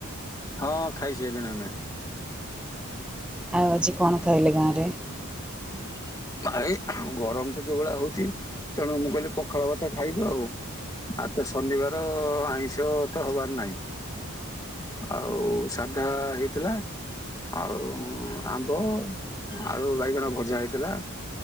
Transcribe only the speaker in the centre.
ଆଉ ଆଜି କଣ ଖାଇଲେ ଗାଁ ରେ?